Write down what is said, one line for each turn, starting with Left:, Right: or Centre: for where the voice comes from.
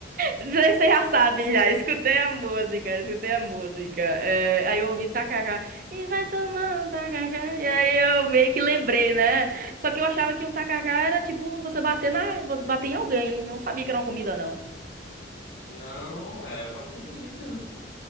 Right: Já- Você já sabe, já. Escutei a música, escutei a música. É, aí eu ouvi tacacá. E vai tomar um tacacá. E aí eu meio que lembrei, né? Só que eu achava que um tacacá era tipo você bater na, bater em alguém. Não sabia que era uma comida, não.
Left: Não, é uma comida.